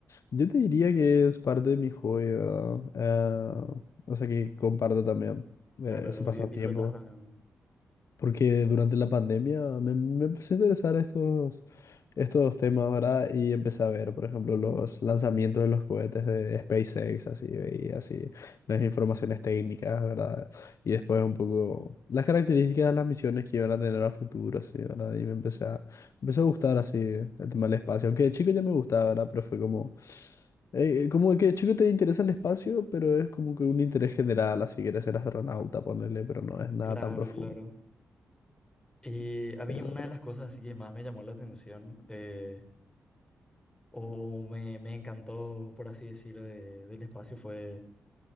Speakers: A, on the left; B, on the left.
A: Yo te diría que es parte de mi hobby, ¿verdad? Ah,
B: Ujú.
A: o sea que comparto también
B: Claro,
A: eh, ese pasatiempo.
B: di- disfrutas también.
A: Porque durante la pandemia me, me empezó a interesar estos, estos temas, ¿verdad? Y empecé a ver, por ejemplo, los lanzamientos de los cohetes de SpaceX, así, y así, las informaciones
B: Ajá.
A: técnicas, ¿verdad? Y después un poco las características de las misiones que iban a tener a futuro, así, ¿verdad? Y me empecé a, empezó a gustar así el tema del espacio, aunque de chico ya me gustaba, ¿verdad? Pero fue como, eh, como que de chico te interesa el espacio, pero es como que un interés general, así, quieres ser astronauta, ponerle, pero no es nada
B: Claro,
A: tan profundo.
B: claro. Y a mí
A: Pero,
B: una de las cosas así que más me llamó la atención eh, o, o me, me encantó, por así decir, de- del espacio fue